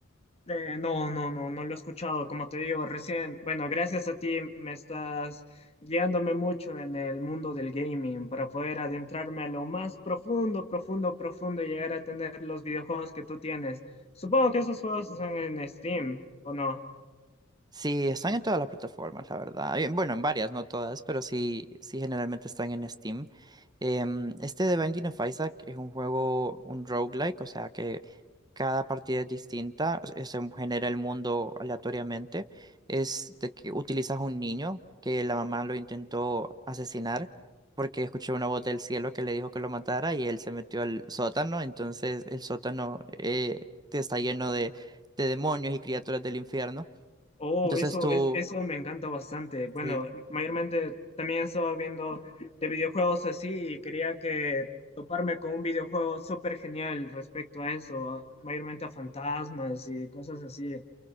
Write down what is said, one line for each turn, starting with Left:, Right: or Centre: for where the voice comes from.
Left: Eh, no, no, no, no lo he escuchado. Como te digo, recién, bueno, gracias a ti me estás guiándome mucho en el mundo del gaming para poder adentrarme a lo más profundo, profundo, profundo y llegar a tener los videojuegos que tú tienes. Supongo que esos juegos están en Steam, ¿o no?
Right: Sí, están en todas las plataformas, la verdad. Eh, Bueno, en varias, no todas, pero sí, sí generalmente están en Steam. Em, este de Binding of Isaac es un juego, un roguelike, o sea que cada partida es distinta, eh, se genera el mundo aleatoriamente. Es de que utilizas un niño que la mamá lo intentó asesinar porque escuchó una voz del cielo que le dijo que lo matara y él se metió al sótano, entonces el sótano eh, está lleno de de demonios y criaturas del infierno.
Left: Oh,
Right: Entonces
Left: eso,
Right: tú,
Left: es, eso me encanta bastante. Bueno,
Right: sí,
Left: mayormente también estaba viendo de videojuegos así y quería que toparme con un videojuego súper genial respecto a eso, a- mayormente a fantasmas y cosas así.